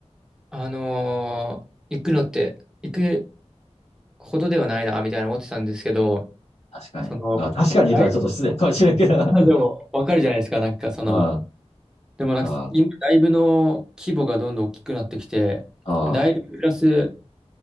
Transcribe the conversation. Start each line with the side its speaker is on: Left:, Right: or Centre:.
Centre: あのー行くのって、行くほどではないな、みたいな思ってたんですけど、
Left: 確かに。
Centre: その、
Left: あ、確かに言うとはちょっと失礼かもしれんけど。
Centre: ライブ
Left: <laughs>
Centre: まあ <laughs> でもわかるじゃないですか、なんかその、
Left: あ
Centre: でもなんか今、
Left: あ、<laughs> あ
Centre: ライブの規模がどんどん大きくなってきて、
Left: あ、
Centre: ライブプラスフ
Left: あ